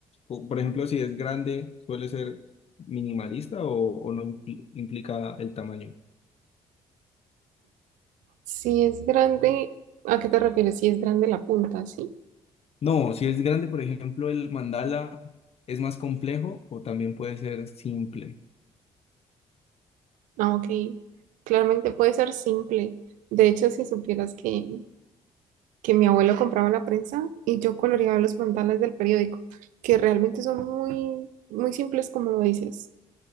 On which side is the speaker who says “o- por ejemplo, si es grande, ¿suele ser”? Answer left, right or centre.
Left